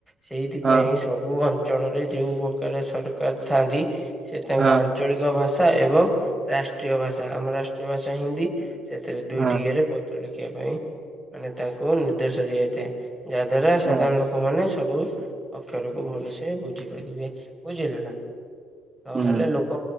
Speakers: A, in the centre; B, on the right.
A: ସେଇଥିପାଇଁ
B: ହଁ
A: ସବୁ ଅ ଅଞ୍ଚଳରେ ଯଉଁ ପ୍ରକାର ସର କରିଥାନ୍ତି ସେ ତାଙ୍କ
B: ହଁ
A: ଆଞ୍ଚଳିକ ଭାଷା ଭାଷା ଏବଂ ରାଷ୍ଟ୍ରୀୟ ଭାଷା ଆମର ରାଷ୍ଟ୍ରୀୟ ଭାଷା ହିନ୍ଦୀ ସେଥିରେ ଦୁଇଟି
B: ହଁ
A: ଇଏରେ ପତ୍ର ଲେଖ ଶିଖିବା ପାଇଁ ମାନେ ତାଙ୍କୁ ନିର୍ଦ୍ଦେଶ ଦିଆଯାଇଥାଏ ଯାହା ଦ୍ଵାରା ସାଧାରଣ
B: ହଁ
A: ଲୋକ ମାନେ ସବୁ ଅକ୍ଷରକୁୁ ଭଲସେ ବୁଝି ପାରିବେ ବୁଝିଲୁ ନା ନହେଲେ
B: ହଁ
A: ଲୋକ